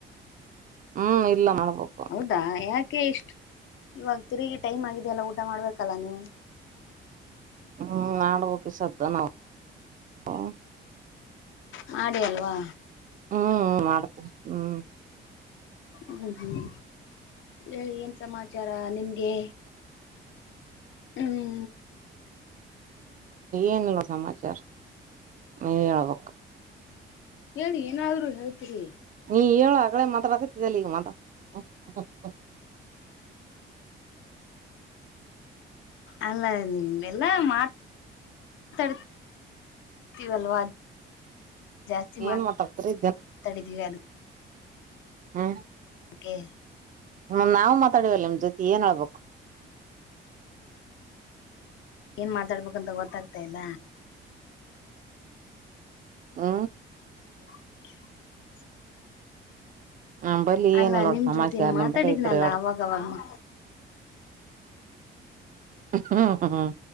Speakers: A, on the right; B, on the left.
A: ಹ್ಮ್ ಇಲ್ಲ ಮಾಡ್ಬೇಕು
B: ಹೌದಾ ಯಾ ಕೆ ಇಷ್ಟ್ ಇವಾಗ ತಿರುಗಿ ಟೈಮ್ ಆಗಿದೆ ಅಲ್ಲ ಊಟ ಮಾಡ್ಬೇಕಲ್ಲಾ ನೀವು.
A: ಹ್ಮು ಮಾಡ್ಬಕ ಈ ಸದ್ದ ನಾವ್ ಹ್ಮು
B: ಮಾಡಿ ಅಲ್ವಾ.
A: ಹ್ಮು ಮಾಡ್ತೀನಿ ಹ್ಮು.
B: ಹ್ಮು ಹ್ಮು ಹೇಳಿ ಏನ್ ಸಮಾಚಾರ ನಿಮ್ಗೆ. ಹ್ಮು
A: ಏನಿಲ್ಲ್ ನೋಡ್ ಸಮಾಚಾರ ನೀ ಹೇಳ್ಬೇಕ.
B: ಹೇಳಿ ಏನಾದ್ರು ಹೇಳ್ತೀರಿ
A: ನೀ ಹೇಳ ಆಗಳೇ ಮಾತಾಡಾಕತ್ತಿದ್ದಲ್ಲ ಈಗ ಮಾತಾ <unintelligible>
B: ಅಲ್ಲ ಅದ್ನೆಲ್ಲ ಮಾ ತಾಡ್ತಿವಲ್ವಾ ಅದ್ ಜಾಸ್ತಿ
A: ಏನ್
B: ಮಾತ್
A: ಮಾತಾಡ್ತರಿ
B: ತಡೆದೀವಿ ಅಲ್ಲಿ
A: ಹ್ಮ
B: ಗೆ
A: ಹ್ಮ ನಾವ್ ಮಾತಾಡೀವಲ್ಲ ನಿಮ್ ಜೊತೆ ಏನ್ ಆಬೇಕು.
B: ಏನ್ ಮಾತಾಡ್ಬೇಕಂತ ಗೊತ್ತಾಗ್ತಾ ಇಲ್ಲ.
A: ಹ್ಮ
B: <unintelligible>
A: ನಂಬಲ್ಲಿ
B: ಅಲ್ಲಾ
A: ಏನಿಲ್ಲ ನೋಡ್
B: ನಿಮ್
A: ಸಮಾಚಾರ
B: ಜೊತನ್ ಮಾತಾಡಿದ್ನಲ್ಲಾ
A: ನಿಂಬಲ್ಲಿ ಐತ್ರಿ ಹೇಳ್ರಿ
B: ಅವಾಗವಾಗ
A: ಹ್ಮ್ ಹ್ಮ್ ಹ್ಮ್